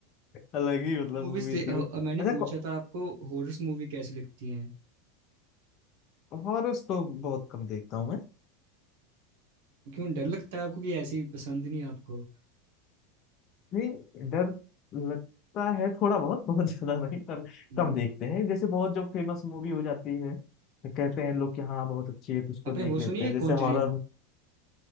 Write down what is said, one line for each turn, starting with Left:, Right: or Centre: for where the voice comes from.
Left: अलग ही मतलब
Right: मूवीज
Left: मूवी
Right: से
Left: थी
Right: अ,
Left: वो
Right: मैंने
Left: अच्छा
Right: पूछा था आपको हॉरर्स मूवी कैसी लगती हैं
Left: हॉरर्स तो बहुत कम देखता हूँ मैं
Right: क्यों डर लगता है आपको कि ऐसी पसंद नहीं है आपको
Left: नहीं डर लगता है थोड़ा बहुत बहुत ज्यादा नहीं पर
Right: हम्म
Left: कम देखते हैं जैसे बहुत जो फेमस मूवी हो जाती है तो कहते हैं लोग कि हाँ बहुत अच्छी है तो उसको
Right: आपने
Left: देख
Right: वो
Left: लेते
Right: सुनी है
Left: हैं जैसे
Right: कॉन्जरिंग
Left: हॉरर